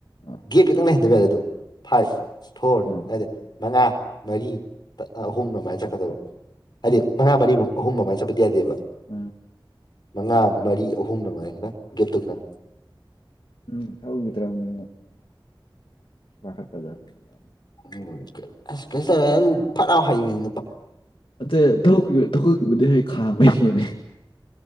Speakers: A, on the left; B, on the left.
A: ꯑꯥ
B: ꯒꯦꯞꯀꯤ ꯈꯪ ꯂꯩ ꯍꯟꯊꯕ ꯌꯥꯦ ꯑꯗꯨ ꯐꯥꯏꯚ ꯐꯣꯔ
A: ꯎꯝ
B: ꯍꯥꯏꯗꯗꯤ ꯃꯉꯥ ꯃꯔꯤ ꯑꯍꯨꯝ ꯑꯗꯨꯃꯥꯏꯅ ꯆꯠꯀꯗꯕ ꯍꯥꯏꯗꯤ ꯃꯉꯥ ꯃꯔꯤꯃꯨꯛ ꯑꯍꯨꯝ ꯑꯗꯨꯃꯥꯏꯅ ꯆꯠꯄꯗꯤ ꯌꯥꯗꯦꯕ
A: ꯑꯥ
B: ꯃꯉꯥ ꯃꯔꯤ ꯑꯍꯨꯝꯅ ꯃꯥꯁꯤꯔ ꯒꯦꯠꯇꯨ ꯈꯗ
A: ꯎꯝ ꯊꯧꯈꯤꯗ꯭ꯔꯕꯅꯤꯅ ꯄꯥꯈꯠꯄꯗꯅꯤꯗ
B: ꯎ ꯑꯁ ꯀꯩꯁꯨ ꯇꯧꯔꯦ ꯐꯠꯥꯎ ꯍꯥꯏꯅꯤ
A: ꯑ ꯊꯧꯠꯈꯤꯕꯗꯤ ꯍꯣꯏ ꯈꯥꯝꯃ ꯍꯦꯅꯦ